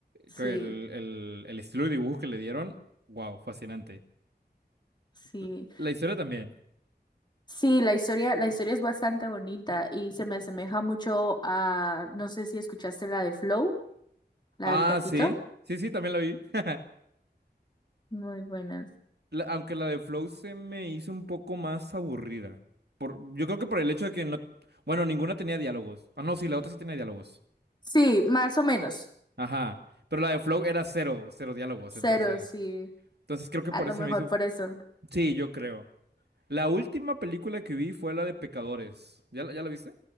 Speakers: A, on the left; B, on the right.
A: Sí,
B: con el, el, el estilo de dibujo que le dieron. Wow, fascinante.
A: sí.
B: L- La historia también.
A: Sí, la historia, la historia es bastante bonita y se me asemeja mucho a, no sé si escuchaste la de Flow, la
B: Ah,
A: del gatito.
B: sí. Sí, sí, también la vi. <laughs>
A: Muy buenas.
B: La- aunque la de Flow se me hizo un poco más aburrida. Por, yo creo que por el hecho de que no... Bueno, ninguna tenía diálogos. Ah, no, sí, la otra sí tenía diálogos.
A: Sí, más o menos.
B: Ajá. Pero la de Flow era cero, cero diálogos,
A: Cero,
B: entonces.
A: sí.
B: Entonces creo que
A: A
B: por
A: lo
B: eso
A: mejor
B: se me hizo. un-
A: por eso.
B: Sí, yo creo. La última película que vi fue la de Pecadores. ¿Ya, la- ya la viste?